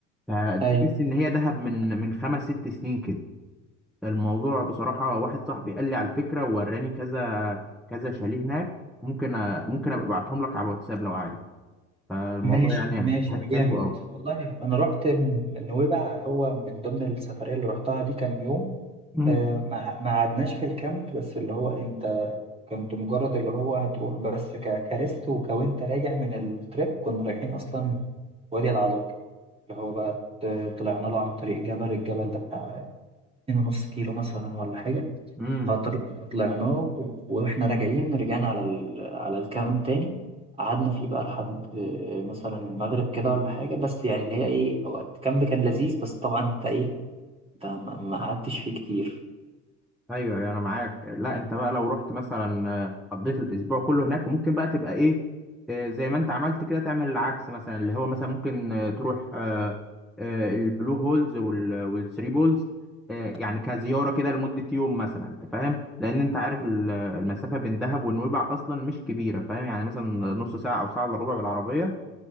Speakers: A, in the centre; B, on the right (about 15°).
A: فتحس
B: ايوه
A: إن هي دهب من من خمس ست سنين كده الموضوع بصراحة واحد صاحبي قال لي على الفكرة ووراني كذا كذا شاليه هناك ممكن أ- ممكن أبقى أبعتهم لك على الواتساب لو عايز فالموضوع
B: ماشي
A: يعني
B: ماشي
A: هت- هتحبه
B: جامد
A: أوي
B: والله انا رحت م- نويبع هو من ضمن السفريه اللي رحتها دي كان يوم
A: مم.
B: آه، ما ما قعدناش في الكامب بس اللي هو انت كنت مجرد اللي هو هتروح بس ك- كريست وكوانت راجع من التريب كنا رايحين اصلا وادي العلاق اللي هو بقى ت- طلعنا له عن طريق جبل الجبل ده بتاع 2.5 كيلو مثلا ولا حاجه
A: مم.
B: فطل- فطلعنا و- واحنا راجعين رجعنا على ال... على الكامب تاني قعدنا فيه بقى لحد آه، مثلا المغرب كده ولا حاجة بس يعني اللي هي ايه هو الكامب كان لذيذ بس طبعا انت ايه انت ما ما قعدتش فيه كتير
A: ايوه ايوه انا معاك لا انت بقى لو رحت مثلا آه، قضيت الاسبوع كله هناك وممكن بقى تبقى ايه آه، زي ما انت عملت كده تعمل العكس مثلا اللي هو مثلا ممكن آه، تروح آه، آه، البلو هولز وال- والثري بولز آه، يعني كزياره كده لمده يوم مثلا انت فاهم لان انت عارف ال- المسافه بين دهب ونويبع اصلا مش كبيره فاهم يعني مثلا نص ساعه او ساعه الا ربع بالعربيه